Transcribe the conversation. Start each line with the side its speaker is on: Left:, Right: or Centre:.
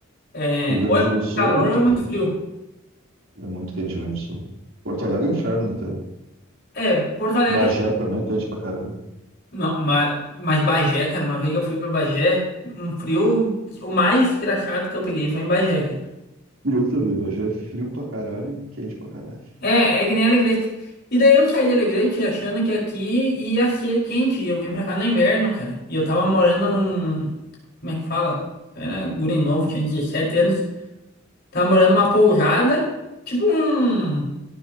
Left: É,
Right: Rio Grande
Left: ou é muito
Right: do Sul
Left: calor
Right: é muito
Left: ou é muito
Right: quente.
Left: frio.
Right: É muito quente o Rio Grande do Sul. Porto Alegre é um inferno até.
Left: É, Porto Alegre.
Right: Bagé também é quente pra caralho.
Left: Não, mas, mas Bagé, cara, uma vez que eu fui pra Bagé, um frio. O mais engraçado que eu peguei foi em Bagé, cara.
Right: Frio também. Bagé é frio pra caralho e quente pra caralho.
Left: É, é que nem Alegrete. E daí eu saí de Alegrete achando que aqui ia ser quente. E eu vim pra cá no inverno, cara. E eu tava morando num. Como é que fala? Eu era guri novo, tinha 17 anos. Tava morando numa pousada, tipo um.